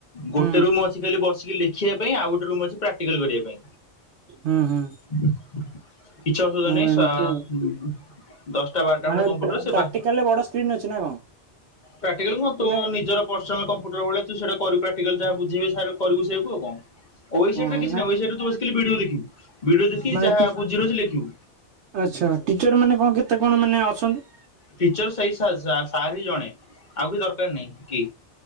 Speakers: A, on the left; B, on the right.
A: ଗୋଟେରୁ
B: ହୁଁ
A: ମୁଅ ବସିକି ଲେଖିବା ପାଇଁ ଆଉ ଗୋଟେ ରୁମ୍ ଅଛି ପ୍ରାକ୍ଟିକାଲ କରିବା ପାଇଁ
B: ହୁଁ ହୁଁ।
A: କିଛି ଅସୁବିଧା
B: ଓ
A: ନାହିଁ
B: ଏମିତି
A: ସ
B: ଆଉ।
A: ଦଶଟା ବାରଟା
B: ମାନେ
A: ଖଣ୍ଡେ କମ୍ପ୍ୟୁଟର ସେବା
B: ପ୍ରାକ୍ଟିକାଲରେ ବଡ ସ୍କ୍ରିନ୍ ଅଛି ନା କଣ
A: ପ୍ରାକ୍ଟିକାଲ କଁ
B: ମାନେ
A: ତୋ ନିଜର ପର୍ସନାଲ କମ୍ପୁଟର ଭଳି କରିବୁ ପ୍ରଟିକାଲ ଯାହା ବୁଝିଇବେ କରିବୁ ସେଇଆକୁ ଆଉକଁ ଓଏସିଟ
B: ଓହୋ
A: କିଛି ନାହିଁ ଓଏସିଟ୍ ତୁବେ ଥିଲେ ବିଡ଼ିଓ ଦେଖିବୁ ଭିଡିଓ ଦେଖି
B: ମାନେଟି
A: ଯାହା ବୁଝିର ଅଛି ଲେଖିବୁ
B: ଇଛା ଟିଚର୍ ମାନେ କଁ କେତେ କଣ ମାନେ ଅଛନ୍ତି?
A: ଟିଚର୍ ସେଇ ସା ସାରିହିଁ ଜଣେ ଆଉ କି ଦରକାର୍ ନାହିଁ କି